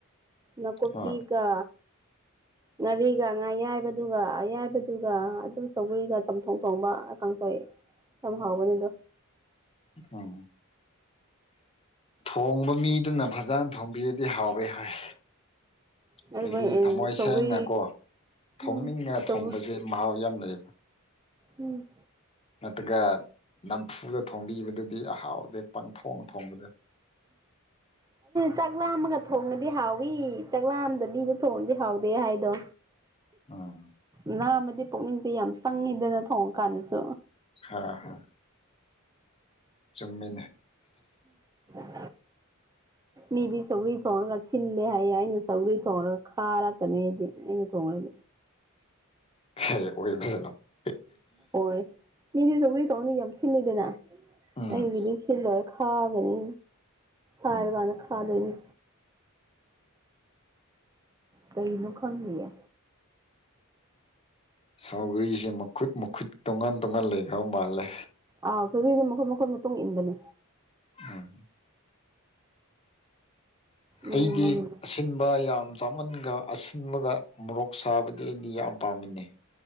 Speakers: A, on the right; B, on the left.
A: ꯅꯅꯥꯀꯣꯄꯤꯒ
B: ꯍꯣꯏ
A: ꯉꯥꯔꯤꯒ ꯉꯥ ꯑꯌꯥꯏꯕꯗꯨꯒ ꯑꯌꯥꯏꯕꯗꯨꯒ ꯑꯗꯨꯝ ꯆꯒꯔꯤꯒ ꯆꯝꯊꯣꯡ ꯊꯣꯡꯕ ꯀꯥꯡꯊ ꯍꯣꯏ ꯌꯥꯝ ꯍꯥꯎꯒꯅꯤꯗꯣ
B: ꯑꯣ ꯊꯣꯡꯕ ꯃꯤꯗꯨꯅ ꯐꯖꯅ ꯊꯣꯡꯕꯤꯔꯗꯤ ꯍꯥꯎꯋꯦ ꯍꯥꯏ
A: ꯑꯗꯨꯒ
B: ꯍꯥꯏꯗꯤ ꯊꯝꯃꯣꯏ
A: ꯁꯧꯒ꯭ꯔꯤ
B: ꯁꯦꯡꯅꯀꯣ ꯊꯣꯡꯅꯤꯡꯅ
A: ꯎꯝ ꯁꯧꯒ꯭ꯔꯤ
B: ꯊꯣꯡꯕꯁꯦ ꯃꯍꯥꯎ ꯌꯥꯝ <unintelligible> <inaudible>
A: ꯎꯝ
B: ꯅꯠꯇ꯭ꯔꯒ ꯅꯝꯐꯨꯗ ꯊꯣꯡꯝꯕꯤꯕꯗꯨꯗꯤ ꯑꯍꯥꯎꯗ ꯄ ꯊꯣꯡ ꯊꯣꯡꯕꯗ
A: ꯆꯥꯛꯂꯥꯝ ꯑꯃꯒ ꯊꯣꯡꯉꯗꯤ ꯍꯥꯎꯏꯤ ꯆꯥꯛꯂꯥꯝꯗ ꯅꯤꯗ ꯊꯣꯡꯉꯗꯤ ꯍꯥꯎꯗꯦ ꯍꯥꯏꯗꯣ
B: ꯑ <unintelligible> <inaudible>
A: ꯉꯅꯥ ꯑꯃꯗꯤ ꯄꯨꯛꯅꯤꯡꯁꯦ ꯌꯥꯝ ꯆꯪꯉꯤꯗꯅ ꯊꯣꯡꯉ ꯀꯥꯟꯗꯁꯨ
B: ꯍ ꯍ ꯆꯃꯤꯅꯦ
A: ꯎꯝ ꯃꯤꯗꯤ ꯁꯧꯒ꯭ꯔꯤ ꯊꯣꯡꯉꯒ ꯁꯤꯜꯂꯦ ꯍꯥꯏꯌꯦꯦ ꯑꯩꯅ ꯁꯧꯒ꯭ꯔꯤ ꯊꯣꯡꯉꯒ ꯈꯥꯔꯛꯀꯅꯤ ꯍꯥꯏꯗꯤ ꯑꯩꯅ ꯊꯣꯡꯉ
B: <unintelligible> <inaudible> ꯍ ꯑꯣꯏ ꯖꯣ <inaudible>
A: ꯍꯣꯏ ꯃꯤꯗꯤ ꯆꯒꯔꯤ ꯇꯧꯅ ꯌꯥꯝ ꯁꯤꯜꯂꯤꯗꯅ
B: ꯎꯝ
A: ꯑꯩꯒꯤꯗꯤ ꯁꯤꯜ ꯂꯣꯏ ꯈꯥꯒꯅꯤ ꯁꯥꯏꯔꯀꯥꯟꯗ
B: ꯎꯝ
A: ꯈꯥꯗꯣꯏꯅꯤ ꯀꯩꯅ ꯈꯪꯉꯌꯦ
B: ꯁꯥꯎꯒꯔꯤꯁꯦ ꯃꯈꯨꯠ ꯃꯈꯨꯠ ꯇꯣꯉꯥꯟ ꯇꯣꯉꯥꯟ ꯂꯩꯈ꯭ꯔꯕ ꯃꯥꯜꯂꯦ
A: ꯑꯥ ꯁꯁꯦ ꯃꯈꯣꯏꯠ ꯃꯈꯣꯏ ꯃꯇꯨꯡ ꯏꯟꯕꯅꯦ
B: ꯎꯝ
A: ꯃꯥꯒꯤ
B: ꯑꯩꯗꯤ
A: ꯃꯥꯒꯤ
B: ꯑꯁꯤꯟꯕ ꯌꯥꯝ ꯆꯥꯃꯟꯒ ꯑꯁꯤꯟꯕꯒ ꯃꯣꯔꯣꯛ ꯁꯥꯕꯗꯤ ꯑꯩꯗꯤ ꯌꯥꯝ ꯄꯥꯝꯃꯤꯟꯅꯩ